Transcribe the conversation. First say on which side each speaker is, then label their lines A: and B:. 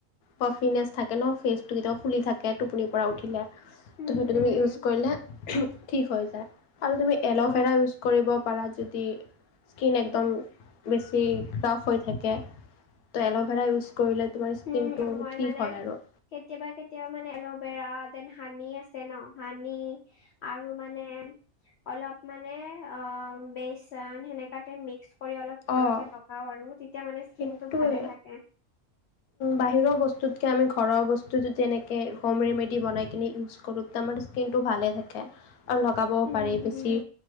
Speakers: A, on the left; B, on the left.
A: পাৰ্ফিনেছ থাকে ন ফেচটো কেতিয়াও ফুলি থাকে টোপনিৰ পৰা উঠিলে ত'
B: উম,
A: সেইটো তুমি
B: উম।
A: ইউজ কৰিলে ঠিক হৈ যায় আৰু তুমি এল'ভেৰা
B: অ
A: ইউজ কৰিব পৰাাৰা যদি স্কিন একদম বেছি ৰাফ হৈ থাকে ত' এল'ভেৰা ইউজ কৰিলে তোমাৰ স্কিন
B: উম
A: টো
B: মই
A: ঠিক
B: মানে
A: হয় আৰু
B: কেতিয়াবা কেতিয়াবা মানে এল'ভেৰা দেন হানি আছে ন হানি আৰু মানে অলপ মানে অ বেচন সেনেকাতে মিক্স কৰি অলপ ঘৰতে
A: অঁ
B: লগাও আৰু, তেতিয়া মানে স্কিন
A: সেইটোৱে
B: টো ভালে থাকে।
A: বাহিৰৰ বস্তুতকৈ আমি ঘৰৰ বস্তু যদি এনেকৈ হোম ৰেমেডি বনাই কিনে ইউজ কৰোঁ আমাৰ স্কিন টো ভালে থাকে, আৰু লগাবও
B: উম
A: পাৰি
B: উম
A: বেছি।